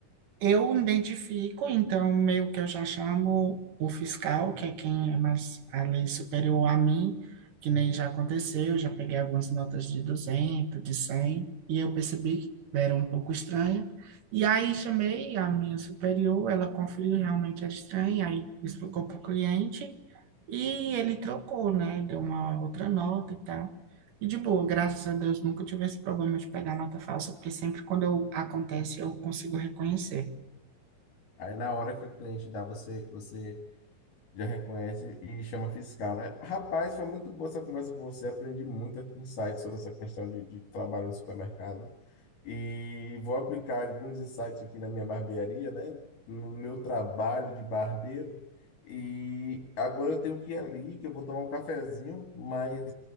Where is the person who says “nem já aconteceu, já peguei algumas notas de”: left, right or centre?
Right